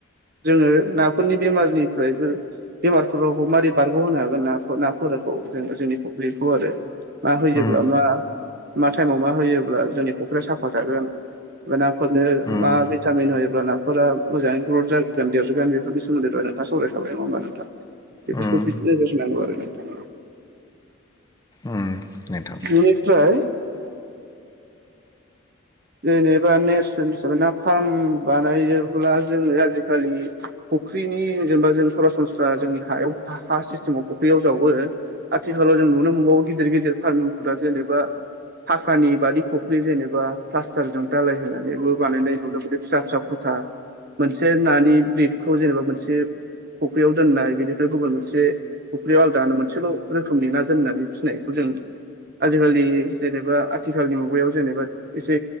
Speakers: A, on the right (about 50°); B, on the left (about 15°).
A: जोङो नाफोरनि बेमारनिफ्रायबो बेमारफोरखौ मारै बारग'होनो हागोन नाखौ नाफोरखौ जोङो जोंनि फख्लिखौ आरो मा होयोबब्ला
B: उम
A: मा मा टाइमाव मा होयोब्ला जोंनि फ'ख्रिया साफा थागोन ना फोरनो
B: उम
A: मा भिटामिन होयोब्ला नाफोरा मोजाङै ग्रथ जागोन देरगोन बेफोर सोमोन्दै दहाय नोंथांङा सावरायखाबाय नङा होमबा नोंथा बेफोरखौबो
B: उम
A: नोजोर होनांगौ आरो नोंथां
B: उम नोंथां
A: ननिफ्राय जेनेबा नेसनेल हिसाबै ना फार्म बानायोबब्ला जोङो आजिखालि फुख्रिनि जेनेबा जों सरासनस्रा जोंनि हायाव हा सिस्टेमाव फुख्रियाव जावो आथिखालाव जों नुनो मोनबावो गिदिर गिदिर फार्मिंफोरा जेनेबा थाखानि बादि फुख्रि जेनेबा प्लास्टारजों दालाय होनानैबो बानायनाय नुदों बि फिसा फिसा खथा मोनसे नानि ब्रिदखौ जेनेबा मोनसे फुख्रियाव दोननाय बेनिफ्राय गुबुन मोनसे फुख्रियाव आलादानो मोनसेल' रोखोमनि ना दोननानै फिसिनायखौ जों आजिखालि जेनेबा आथिखालनि मुगायाव जेनेबा एसे